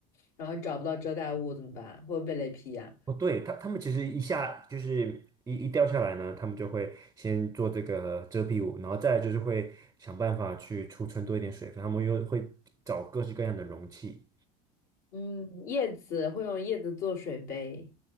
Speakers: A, on the left (about 70°); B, on the right (about 15°).
A: 然后你找不到遮盖物怎么办？会不会被雷劈呀、
B: 哦，对，他他们其实一下就是一一掉下来呢，他们就会先做这个遮蔽物，然后再来就是会想办法去储存多一点水分，他们又会找各式各样的容器，
A: 嗯，叶子会用叶子做水杯，